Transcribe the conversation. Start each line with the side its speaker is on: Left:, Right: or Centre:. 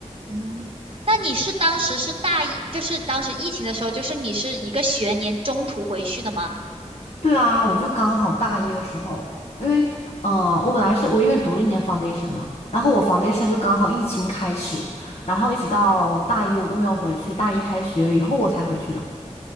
Right: 嗯，那你是当时是大一，就是当时疫情的时候，就是你是一个学年中途回去的吗？
Left: 对啊，我就刚好大一的时候，因为呃，我本来是我因为读了一年 foundation 嘛，然后我 foundation 就刚好疫情开始，然后一直到大一我都没有回去，大一开学了以后我才回去的。